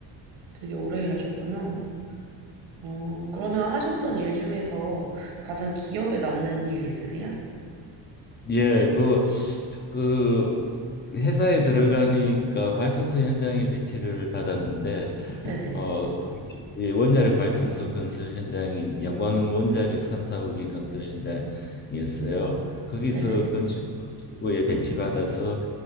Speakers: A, on the right (about 85°); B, on the left (about 25°).
A: 되게 오래 일하셨구나. 어, 그러면 하셨던 일 중에서 가장 기억에 남는 일 있으세요?
B: 예, 뭐 그 회사에 들어가니까 발전소 현장에 배치를 받았는데
A: 네네.
B: 어, 그 이제 원자력 발전소 건설 현장인 영광 원자력 3, 4호기 건설 현장이었어요. 거기서
A: 네네.
B: 건축부에 배치받아서